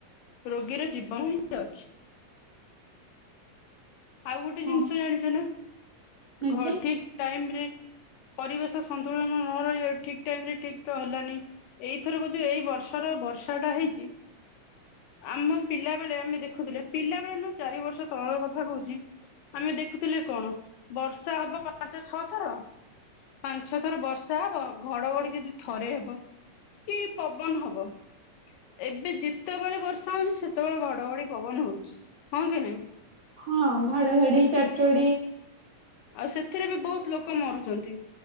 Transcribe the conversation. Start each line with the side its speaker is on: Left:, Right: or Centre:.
Left: ରୋଗୀର ଜୀବନ ହିଁ ଯାଉଚି। ଆଉ ଗୋଟେ ଜିନିଷ
Right: ହଁ
Left: ଜାଣିଚ ନା
Right: ଆଜ୍ଞା
Left: ଘ ଠିକ ଟାଇମ ରେ ପରିବେଶ ସନ୍ତୁଳନ ନ ରହିଲେ ଠିକ୍ ଟାଇମ୍ ରେ ଠିକ୍ ତ ହେଲାନି। ଏଇଥରକ ଯୋଉ ଏଇ ବର୍ଷର ବର୍ଷା ଟା ହେଇଚି ଆମ ପିଲା ବେଳେ ଆମେ ଦେଖୁଥିଲେ ପିଲା ବେଳେ ନୁ ଚାରି ବର୍ଷ ତଳର କଥା ଥା କହୁଛି ଆମେ ଦେଖୁଥିଲେ କଣ ବର୍ଷା ହବ ପାଞ୍ଚ ଛଅ ଥର ପାଞ୍ଚ ଛଥର ବର୍ଷା ହବ ଘଡଘଡି ଯଦି ଥରେ ହବ। କି ପବନ ହବ। ଏବେ ଯେତେବେଳେ ବର୍ଷା ହଉଛି ସେତେବେଳେ ଘଡଘଡି ପବନ ହଉଚି ହଁ କି ନାଇଁ?
Right: ହଁ ଘଡ଼ଘଡ଼ି ଚଡ୍ ଚଡି
Left: ଆଉ ସେଥିରେ ବି ବହୁତ ଲୋକ ମରୁଚନ୍ତି।